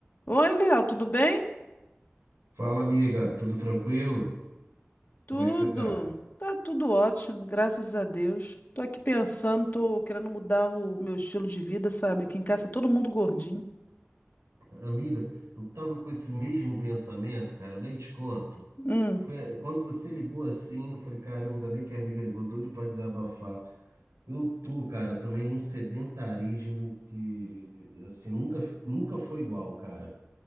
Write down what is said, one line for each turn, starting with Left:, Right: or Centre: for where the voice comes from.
Left: Oi, Léo, tudo bem?
Right: Fala, amiga, tudo tranquilo?
Left: Tudo.
Right: Como é que você tá?
Left: Tá tudo ótimo, graças a Deus. Tô aqui pensando, tô querendo mudar o meu estilo de vida, sabe? Aqui em casa todo mundo gordinho.
Right: Amiga, eu tava com esse mesmo pensamento, cara, eu nem te conto.
Left: Hum.
Right: Foi quando você ligou assim, eu falei, caramba, ainda bem que a amiga ligou, doido pra desabafar. Eu tô, cara, também num sedentarismo que, assim, nunca, nunca foi igual, cara.